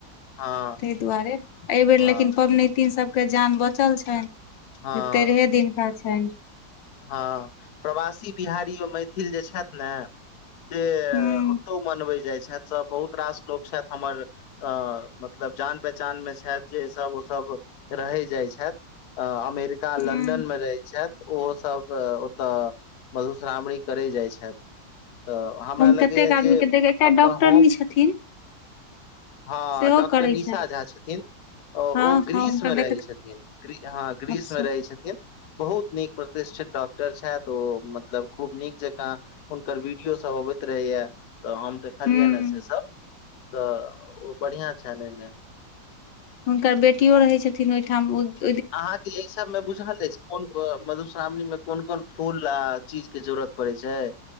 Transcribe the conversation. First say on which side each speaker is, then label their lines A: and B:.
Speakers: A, on the left (about 60°); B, on the left (about 85°).
A: हँ
B: तै दुआरे अइ बेर
A: हँ
B: लेकिन पबनैतिन सभ के जान बचल छनि
A: हँ
B: जे तेरहे दिनका छनि
A: हँ प्रवासी बिहारी ओ मैथिल जे छथि ने से
B: हूँ
A: ओतो मनबैत जाइत छथि सभ बहुत रास लोक छथि हमर अ मतलब जान पहचान मे छथि जेसभ ओ सभ रहै जाइत छथि अ अमेरिका
B: हूँ
A: लन्दन मे रहै छथि ओ सभ ओत मधुश्रावणी करे जाइ छथि त हमरा
B: हम
A: लगैया
B: कतेक आदमी
A: जे
B: के देख एकटा
A: अपन
B: डॉक्टरनी
A: हम
B: छथिन
A: हँ
B: सेहो
A: डॉक्टर
B: करै
A: निशा
B: छथि
A: झा छथिन ओ
B: हँ
A: ग्रीस
B: हँ हुनकर
A: मे
B: देखैत
A: रहै छथिन हँ ग्रीस
B: अच्छा
A: मे रहै छथिन बहुत नीक प्रतिष्ठित डॉक्टर छथि ओ मतलब खूब नीक जेकाँ हुनकर वीडियो सब अबैत रहेया त हम देखलियै
B: हूँ
A: ने से सब त ओ बढ़िआँ छनि अय मे
B: हुनकर बेटियो रहै छथिन ओहिठाम ओ
A: अहाँके अय सब मे बुझल अछि कोन को मधुश्रावणी में कोन कोन फूल आ चीज के जरूरत पड़े छै